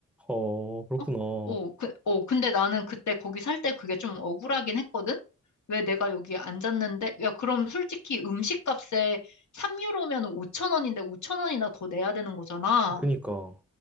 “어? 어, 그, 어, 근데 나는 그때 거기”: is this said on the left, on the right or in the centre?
Left